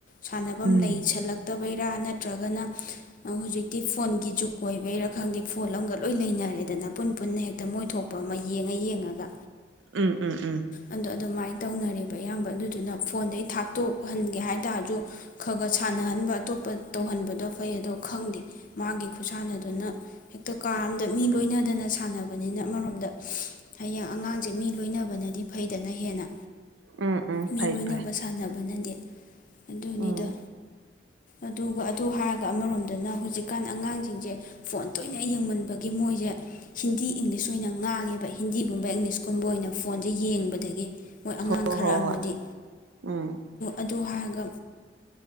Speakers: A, on the left; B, on the right.
A: ꯁꯥꯟꯅꯐꯝ
B: ꯎꯝ
A: ꯂꯩꯁꯜꯂꯛꯇꯕꯩ ꯅꯠꯇ꯭ꯔꯒꯅ ꯍꯧꯖꯤꯛꯇꯤ ꯐꯣꯟꯒꯤ ꯖꯨꯛ ꯑꯣꯏꯕꯩꯔ ꯈꯪꯗꯦ ꯐꯣꯟ ꯂꯧꯒ ꯂꯣꯏ ꯂꯩꯅꯔꯦꯗꯅ ꯄꯨꯟ ꯄꯨꯟꯅ ꯍꯦꯛꯇ ꯃꯣꯏ ꯊꯣꯛꯄ ꯑꯃ ꯌꯦꯡꯉ ꯌꯦꯡꯉꯒ
B: ꯎꯝ ꯎꯝ ꯎꯝ
A: ꯑꯗꯣ ꯑꯗꯨꯃꯥꯏꯅ ꯇꯧꯅꯔꯤꯕ ꯑꯌꯥꯝꯕ ꯑꯗꯨꯗꯨꯅ ꯐꯣꯟꯗꯩ ꯊꯥꯛ ꯇꯣꯛꯍꯟꯒꯦ ꯍꯥꯏ ꯇꯔꯁꯨ ꯈ ꯈꯔ ꯁꯥꯟꯅꯍꯟ ꯑꯗꯨꯒ ꯑꯇꯣꯞꯄ ꯇꯧꯍꯟꯕꯗꯣ ꯐꯩ ꯑꯗꯣ ꯈꯪꯗꯦ ꯃꯥꯒꯤ ꯈꯨꯠꯁꯥꯟꯅꯗꯨꯅ ꯍꯦꯛꯇ ꯀꯥ ꯑꯝꯗ ꯃꯤ ꯂꯣꯏꯅꯗꯅ ꯁꯥꯟꯅꯕꯅꯤꯅ ꯑꯃꯔꯣꯝꯗ ꯍꯌꯦꯡ ꯑꯉꯥꯡꯁꯦ ꯃꯤ ꯂꯣꯏꯅꯕꯅꯗꯤ ꯐꯩꯗꯅ ꯍꯦꯟꯅ
B: ꯎꯝ ꯎꯝ
A: ꯃꯤ
B: ꯐꯩ
A: ꯂꯣꯏꯅꯕ
B: ꯐꯩ
A: ꯁꯥꯟꯅꯕꯅꯗꯤ ꯑꯗꯨꯅꯤꯗ
B: ꯎꯝ
A: ꯑꯗꯨꯒ ꯑꯗꯨ ꯍꯥꯏꯔꯒ ꯑꯃꯔꯣꯝꯗꯅ ꯍꯧꯖꯤꯛꯀꯥꯟ ꯑꯉꯥꯡꯁꯤꯡꯁꯦ ꯐꯣꯟ ꯇꯣꯏꯅ ꯍ ꯌꯦꯡꯃꯟꯕꯒꯤ ꯃꯣꯏꯁꯦ ꯍꯤꯟꯗꯤ ꯏꯪꯂꯤꯁ ꯑꯣꯏꯅ ꯉꯥꯡꯉꯦꯕ ꯍꯤꯟꯗꯤꯒꯨꯝꯕ ꯏꯪꯂꯤꯁꯀꯨꯝꯕ ꯑꯣꯏꯅ ꯐꯣꯟꯁꯦ ꯌꯦꯡꯕꯗꯒꯤ ꯃꯣꯏ ꯑꯉꯥꯡ
B: ꯍꯣ
A: ꯈꯔ
B: ꯍꯣ
A: ꯑꯃꯗꯤ
B: ꯍꯣꯏ ꯎꯝ
A: ꯑꯗꯨ ꯍꯥꯏꯔꯒ